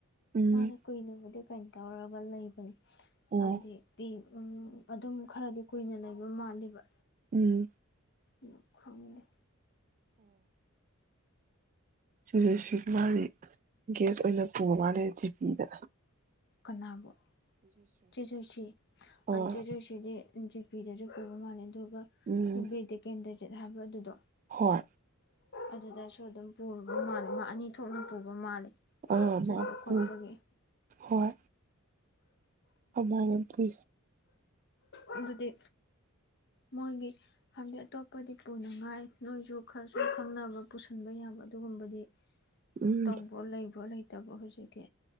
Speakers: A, on the right (about 35°); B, on the left (about 50°).
A: ꯎꯝ
B: ꯃꯥꯅꯦ ꯀꯣꯏꯅꯦ ꯀꯩꯅꯅ ꯇꯧꯔꯕꯜ ꯂꯩꯕꯅꯦ
A: ꯑꯣ
B: ꯑꯗꯤ ꯐ ꯎꯝ ꯑꯗꯨꯝ ꯈꯔꯗꯤ ꯀꯨꯏꯅ ꯂꯩꯕ ꯃꯥꯜꯂꯤꯕ
A: ꯎꯝ
B: ꯂ ꯐꯪꯅꯦ
A: ꯁꯤꯁ ꯁꯤ ꯃꯥꯁꯤ ꯒꯦꯁ ꯑꯣꯏꯅ ꯄꯨꯕ ꯃꯥꯜꯂꯦ ꯖꯤ ꯄꯤꯗ
B: ꯀꯅꯥꯕꯨ ꯆꯦꯖꯨ ꯁꯤ
A: ꯑꯥ
B: ꯆꯦꯖꯨꯁꯤꯗꯤ ꯖꯤ ꯄꯤꯗꯔꯁꯨ ꯀꯔꯣ ꯃꯥꯜꯦ
A: ꯎꯝ
B: ꯁꯕꯤꯗ ꯀꯦꯟꯗ ꯦꯠ ꯍꯥꯏꯕ ꯑꯗꯨꯗꯣ
A: ꯍꯣꯏ
B: ꯑꯗꯨꯗꯁꯨꯣ ꯑꯗꯨꯝ ꯄꯕ ꯃꯥ ꯑꯃ ꯑꯅꯤ ꯊꯣꯛꯅ ꯄꯨꯕ ꯃꯥꯜꯂꯦ
A: ꯑꯥ
B: ꯆꯠꯄ
A: ꯃꯥꯄꯨ
B: ꯈꯣꯠꯄꯒꯤ
A: ꯍꯣꯏ ꯑꯗꯨꯃꯥꯏꯅ ꯄꯤ
B: ꯎꯝ ꯑꯗꯨꯗꯤ ꯃꯣꯏꯒꯤ ꯍꯥꯏꯕꯗꯤ ꯑꯇꯣꯞꯄꯗꯤ ꯄꯨꯅꯉꯥꯏ ꯅꯣꯏꯁꯨ ꯈꯔꯁꯨꯨꯝ ꯈꯪꯅꯕ ꯄꯨꯁꯟꯕ ꯌꯥꯕ ꯑꯗꯨꯒꯨꯝꯕꯗꯤ
A: ꯎꯝ
B: ꯇꯧꯕ ꯂꯩꯕ꯭ꯔ ꯂꯩꯇꯦ ꯇꯕ ꯍꯧꯁꯨꯒꯦ